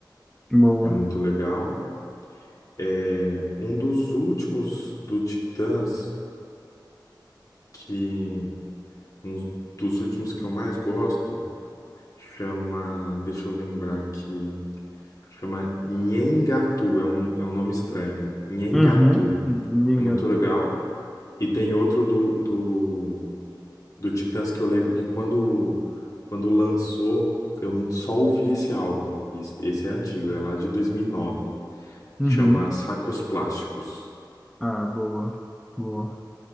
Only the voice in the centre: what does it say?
boa.
Uhum. Engatou.
Uhum.
Ah, boa. Boa.